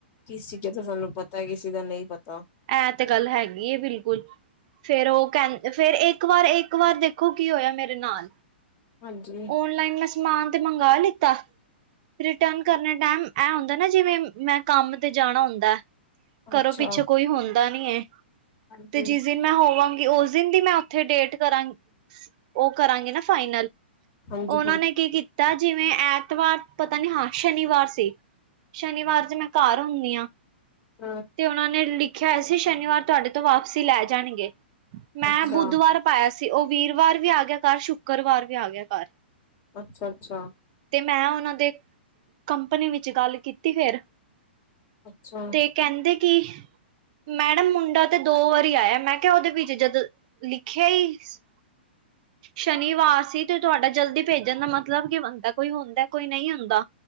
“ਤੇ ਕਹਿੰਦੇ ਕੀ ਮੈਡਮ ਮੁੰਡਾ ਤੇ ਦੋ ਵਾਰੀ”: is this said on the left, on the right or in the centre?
Right